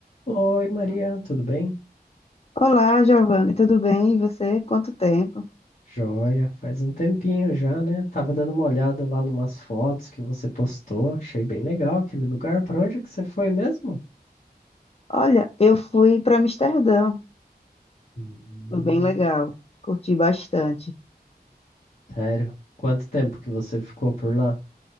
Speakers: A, on the left; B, on the left.
A: Oi, Maria, tudo bem?
B: Olá, Giovanni, tudo bem? E você? Quanto tempo?
A: Joia, faz um tempinho já, né? Tava dando uma olhada lá numas fotos que você postou, achei bem legal aquele lugar. Para onde que você foi mesmo?
B: Olha, eu fui para Amsterdã,
A: Hum,
B: foi bem legal, curti bastante.
A: sério? Quanto tempo que você ficou por lá?